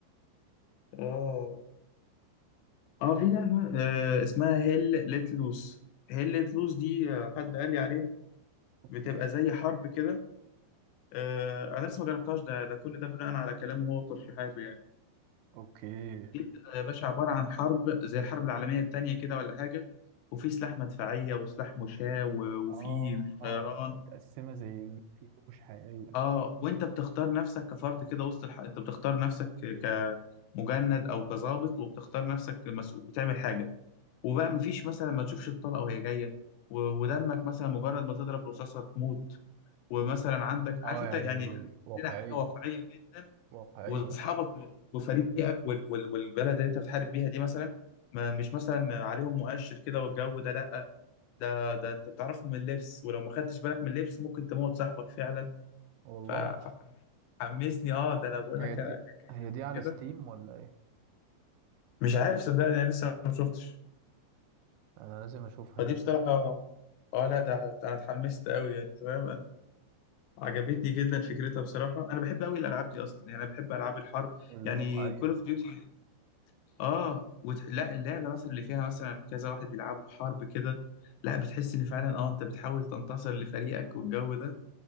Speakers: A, on the left (about 80°); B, on the right (about 80°).
A: آه آه في لعبة آه اسمها هيل ليت لوس هيل ليت لوس دي آه، حد قال لي عليها
B: اوكي
A: بتبقى زي حرب كده آه أنا لسه ما جربتهاش ده ده كل ده بناء على كلامه هو وترشيحاته يعني
B: اوكي
A: دي بتبقى يا باشا عبارة عن حرب زي الحرب العالمية التانية كده ولا حاجة وفي سلاح مدفعية وسلاح مشاة و- وفي
B: آه آه،
A: طيران
B: متقسمة زي كيلو مش حقيقية
A: اه وانت بتختار نفسك كفرد كده وسط الح... انت بتختار نفسك ك- كمجند او كظابط وبتختار نفسك مسؤول بتعمل حاجه وبقى مفيش مثلا ما تشوفش الطلقه وهي جايه و... ودمك مثلا مجرد ما تضرب رصاصه تموت ومثلا عندك عارف
B: آه
A: انت
B: يعني
A: يعني
B: واقعية
A: لنا حاجه واقعيه جدا
B: واقعية
A: واصحابك و- وفريقك وال... وال... والبلد اللي انت بتحارب بيها دي مثلا ما مش مثلا عليهم مؤشر كده والجو ده لا ده ده انت بتعرفهم من اللبس ولو ما خدتش بالك من اللبس ممكن تموت صاحبك فعلا
B: والله
A: ف- فحمسني اه ده انا بقول
B: هي
A: لك
B: دي
A: انا ك- كاخدها
B: هي دي على
A: كده
B: ستيم ولا ايه
A: مش عارف صدقني انا لسه ما شفتش
B: انا لازم اشوفها
A: فدي
B: دي
A: بصراحه اه لا ده ح- انا اتحمست قوي يعني تمام انا عجبتني جدا فكرتها بصراحه انا بحب قوي الالعاب دي اصلا يعني انا بحب العاب الحرب
B: الواقعية
A: يعني كول اوف ديوتي اه وت... لا اللعبه مثلا اللي فيها مثلا كذا واحد بيلعبوا حرب كده لا بتحس ان فعلا اه انت بتحاول تنتصر لفريقك والجو ده